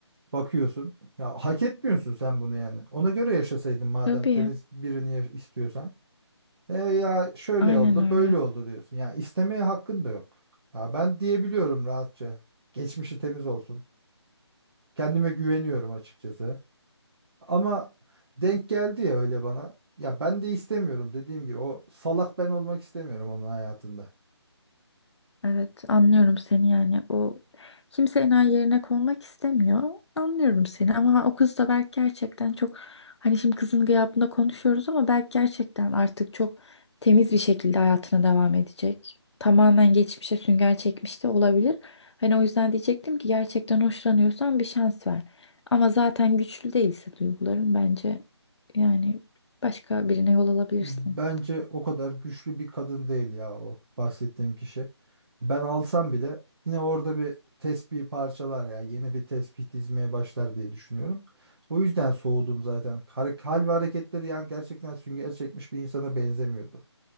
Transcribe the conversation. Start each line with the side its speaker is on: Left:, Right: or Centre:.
Right: Bakıyorsun. Ya hak etmiyorsun sen bunu yani. Ona göre yaşasaydın madem
Left: Tabii.
Right: temiz birini ya- istiyorsan. E ya şöyle
Left: Aynen
Right: oldu,
Left: öyle.
Right: böyle oldu diyorsun. Ya istemeye hakkın da yok. Ya ben diyebiliyorum rahatça. Geçmişi temiz olsun. Kendime güveniyorum açıkçası. Ama denk geldi ya öyle bana. Ya ben de istemiyorum dediğim gibi o salak ben olmak istemiyorum onun hayatında.
Left: Evet, anlıyorum seni yani. O kimse enayi yerine konmak istemiyor. Anlıyorum seni ama o kız da belki gerçekten çok hani şimdi kızın gıyabında konuşuyoruz ama belki gerçekten artık çok temiz bir şekilde hayatına devam edecek. Tamamen geçmişe sünger çekmiş de olabilir. Hani o yüzden diyecektim ki gerçekten hoşlanıyorsan bir şans ver. Ama zaten güçlü değilse duyguların bence yani başka birine yol alabilirsin.
Right: Bence o kadar güçlü bir kadın değil ya o bahsettiğim kişi. Ben alsam bile yine orada bir tespih parçalar ya yeni bir tespih dizmeye başlar diye düşünüyorum. O yüzden soğudum zaten. Hare- Hal ve hareketleri yani gerçekten sünger çekmiş bir insana benzemiyordu.